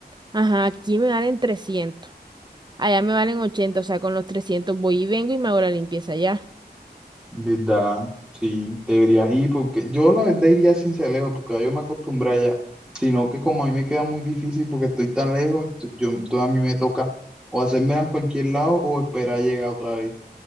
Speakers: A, on the right (about 25°); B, in the centre.
A: ajá, aquí me valen trescientos allá me valen ochenta o sea, con los 300 voy y vengo y me hago la limpieza allá.
B: ¿Verdad? Sí, deberías ir porque yo la verdad iría sin Celeo porque yo me acostumbré allá, sino que como a mí me queda muy difícil porque estoy tan lejos, t- yo, entonces a mí me toca o hacerme en cualquier lado o esperar llegar otra vez.